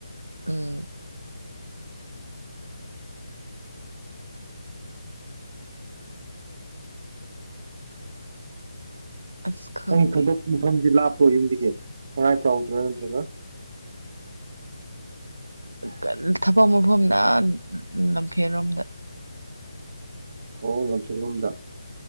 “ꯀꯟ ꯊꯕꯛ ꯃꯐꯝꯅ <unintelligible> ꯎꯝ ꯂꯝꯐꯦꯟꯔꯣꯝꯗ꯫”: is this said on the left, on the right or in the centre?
Right